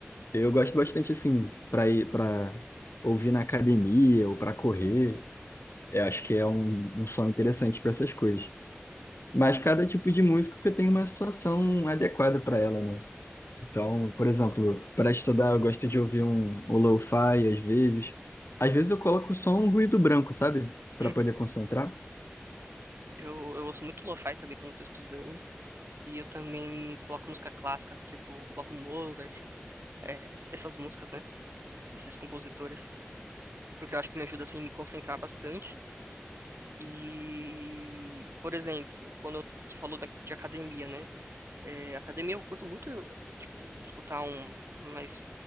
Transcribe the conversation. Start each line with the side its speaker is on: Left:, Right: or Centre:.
Left: Eu gosto bastante assim para ir para ouvir na academia ou para correr. Eu acho que é um, um som interessante para essas coisas. Mas cada tipo de música tem uma situação adequada para ela, né? Então, por exemplo, para estudar eu gosto de ouvir um, um lo-fi às vezes. Às vezes eu coloco só um ruído branco, sabe? Para
Right: Uhum.
Left: poder concentrar.
Right: Eu, eu ouço muito lo-fi também quando eu tô estudando. E eu também coloco música clássica, tipo, coloco Mozart, é, essas músicas, né? Esses compositores. Porque eu acho que me ajuda, assim, me concentrar bastante. E, por exemplo, quando eu- você falou da- de academia, né? É, academia eu curto muito, tipo, escutar um mais,